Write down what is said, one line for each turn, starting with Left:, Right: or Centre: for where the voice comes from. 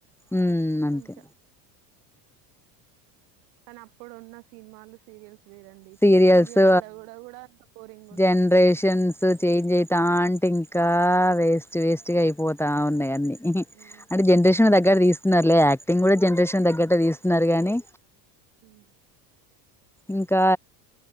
Centre: ఊ అంతే.
Right: కొంచెం కానీ, అప్పుడు ఉన్న, సినిమాలు సీరియల్స్. లేదండి ఇప్పుడు
Centre: సీరియల్స్
Right: సీరియల్ అల్ల కూడా కూడా, అంత, బోరింగ్ ఉన్నాయి.
Centre: జనరేషన్స్ చేంజ్ అయితా, అంటే ఇంకా, వేస్ట్ వేస్ట్. చేఅయిపోతా ఉన్నాయి, అన్నీ, ఉహు
Right: మ్మ్
Centre: అంటే జనరేషన్ దగ్గర తీసు. స్తున్నారు లే యాక్టింగ్ కూడా జనరేషన్ దగ్గట్టే తీస్తున్నారు గానీ
Right: హ్మ్
Centre: ఇంకా